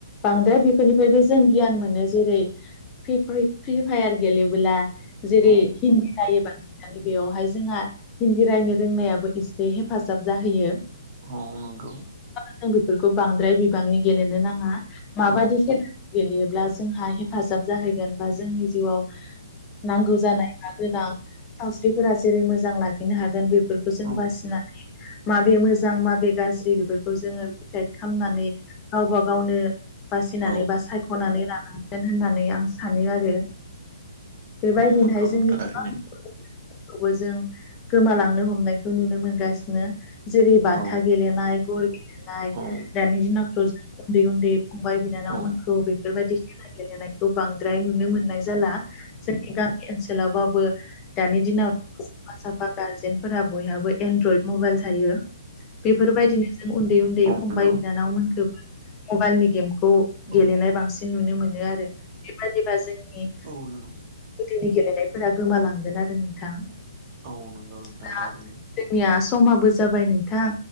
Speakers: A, on the left; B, on the right.
A: बांद्राय बेफोरनिफ्रायबो जों गियान मोनो जेरै फ्रि-फ्रिफायार गेलेबोला जेरै
B: औ
A: हिन्दी रायोबा बेयावहाय जोंहा हिन्दी रायनो रोंनायाबो एसे हेफाजाब जाहैयो
B: औ नंगौ
A: जों बेफोरखौ बांद्राय बिबांनि गेलेनो नाङा माबादि
B: औ
A: खेला गेलेयोब्ला जोंहा हेफाजाब जाहैगोन बा जोंनि जिउआव नांगौ जानाय गोनां सावस्रिफोरा जेरै मोजां लाखिनो हागोन बेफोरखौ जों
B: औ
A: बासिनानै माबे मोजां माबे गाज्रि बेफोरखौ जोंङो दिसाइट खामनानै गावबा गावनो बासिनानै
B: औ
A: बा सायख'नानै लानांगोन होननानै आं सानो आरो। बेबायदिनो
B: औ नंगौ
A: हाय जोंनि
B: नोंथां थारैनो
A: गोबां फोरखौबो जों गोमालांनो हमनायखौ नुनो मोनगासिनो। जेरै बाथा
B: औ
A: गेलेनाय गर गेलेनाय
B: औ
A: दानि दिनावथ' जों उन्दै उन्दै फंबाय बिनानावमोनखौ
B: औ
A: बेफोरबायाददि खेला गेलेनायखौ बांद्राय नुनो मोननाय जाला। जोंनि गामि ओनसोलावबाबो दानि दिनाव साफा साफा गार्जेनफोरा बयहाबो एनड्रइद मबाइल थायो बेफोरबायदिनो जों उन्दै उन्दै
B: औ औ
A: फंबाय
B: नंगौ
A: बिनानावमोनखौबो मबाइलनि गेमखौ
B: औ
A: गेलेनाय बांसिन नुनो मोनो आरो बेबादिबा जोंनि
B: औ नंगौ
A: गोदोनि गेलेनायफोरा गोमालांगोन आरो नोंथां।
B: औ नंगौ नोंथां
A: दा
B: थारैनो।
A: जोंनिया समाबो जाबाय नोंथां